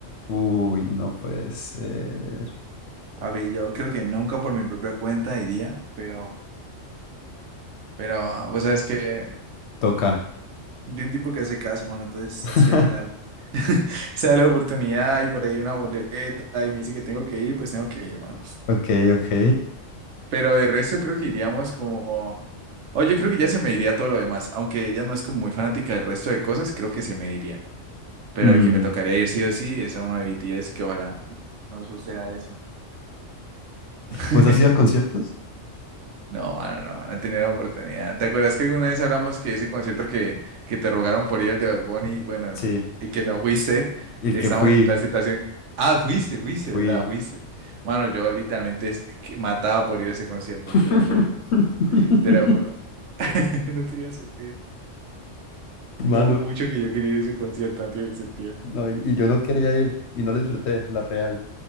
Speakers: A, on the left; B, on the right.
A: Uy, no puede ser.
B: A ver, yo creo que nunca por mi propia cuenta iría, pero, pero vos sabes que
A: Toca.
B: yo un tipo que hace caso, bueno, entonces
A: <laughs>
B: si al final <laughs> se da la oportunidad y por ahí una boleta y me dice que tengo que ir, pues tengo que ir, mano.
A: Ok, ok.
B: Pero de resto creo que iríamos como... O yo creo que ya se me iría todo lo demás, aunque ella no es como muy fanática del resto de cosas, creo que se me iría. Pero
A: Mm,
B: al que me tocaría ir sí o sí es a uno de BTS, que ojalá no suceda eso. <laughs>
A: ¿Vos has ido a conciertos?
B: No, mano, no, no tenía la oportunidad. ¿Te acuerdas que alguna vez hablamos que ese concierto que, que te rogaron por ir al de Bad Bunny, bueno,
A: Sí.
B: y que no fuiste?
A: El
B: Estamos
A: que fui,
B: en la situación. Ah, fuiste, fuiste,
A: fui.
B: ¿verdad? Fuiste. Mano, yo literalmente es- que mataba por ir a ese concierto,
A: <laughs>
B: te lo juro. Te lo juro. <laughs> No tenía sentido. Lo
A: Mano,
B: mucho que yo quería ir a ese concierto no tiene sentido.
A: No, y, y yo no quería ir y no lo disfruté, la real.